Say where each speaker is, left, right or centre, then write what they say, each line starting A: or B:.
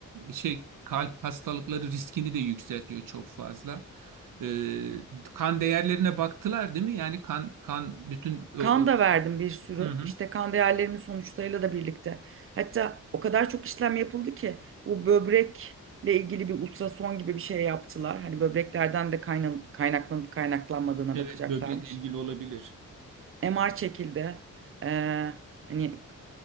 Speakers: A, on the right; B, on the right.
A: e, şey kalp hastalıkları riskini de yükseltiyor çok fazla. E, kan değerlerine baktılar değil mi? Yani kan kan bütün o,
B: Kan
A: o-
B: da verdim bir sürü.
A: Hı hı.
B: İşte kan değerlerimin sonuçlarıyla da birlikte. Hatta o kadar çok işlem yapıldı ki bu böbrekle ilgili bir ultrason gibi bir şey yaptılar. Hani böbreklerden de kayna- kaynaklanıp kaynaklanmadığına
A: Evet
B: bakacaklarmış.
A: böbrekle ilgili olabilir.
B: MR çekildi. Ee, hani